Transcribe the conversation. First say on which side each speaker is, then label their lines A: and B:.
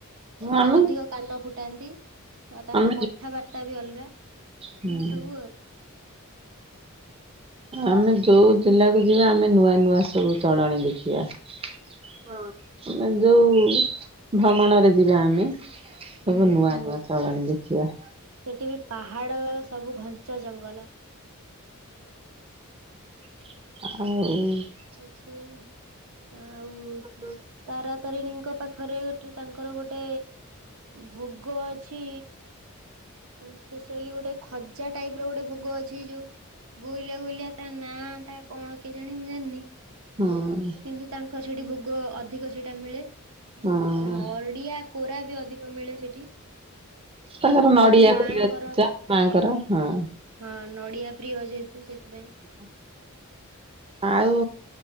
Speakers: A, on the right; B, on the right.
A: ସେମାନେ
B: ଆମେ
A: ଅଧିକ କାନ ଫୁଟାନ୍ତି ଆଉ ତାଙ୍କ
B: ଆମେ
A: କଥାବାର୍ତ୍ତା ବି ଅଲଗା ଏମିତି
B: ହୁଁ
A: ସବୁ ଆଉ।
B: ଆମେ ଯୋଉ ଜିଲ୍ଲାକୁ ଯିବା ଆମେ ନୂଆ-ନୂଆ ସବୁ ଚଳଣି ଦେଖିବା। ହଁ, ମାନେ ଯୋଉ ଭ୍ରମଣରେ ଯିବା ଆମେ ସବୁ
A: ହୁଁ
B: ନୂଆ-ନୂଆ ଚାଲାଣୀ ଦେଖିବା।
A: ସେଠି ବି ପାହାଡ ସବୁ ଘଞ୍ଚ ଜଙ୍ଗଲ
B: ଆଉ।
A: ଅଛି ଆଉ।
B: ହୁଁ
A: ତାରାତାରିଣୀଙ୍କ ପାଖରେ ଗୋଟେ ତାଙ୍କର ଗୋଟେ ଭୋଗ ଅଛି ସ୍ପେଶଆଲି ଗୋଟେ ଖଜା ଟାଇପ୍ ର ଗୋଟେ ଭୋଗ ଅଛି ଯୋଉ ଗୋଲିଆ-ଗୋଲିଆ ତା ନାଁ ଟା କଣ କେଜାଣି ମୁଁ ଜାଣିନି।
B: ହଁ।
A: କିନ୍ତୁ ତାଙ୍କର ସେଠି ଭୋଗ ଅଧିକ ସେଇଟା ମିଳେ ନ
B: ହଁ
A: ନଡ଼ିଆ କୋରା ବି ଅଧିକ ମିଳେ ସେଠି।
B: ତାଙ୍କର
A: ଯେହେତୁ
B: ନଡିଆ
A: ମାଙ୍କର
B: ପ୍ରିୟ ମାଙ୍କର ହଁ।
A: ହଁ ନଡିଆ ପ୍ରିୟ ଯେହେତୁ ସେଥିପାଇଁ
B: ହ ଆଉ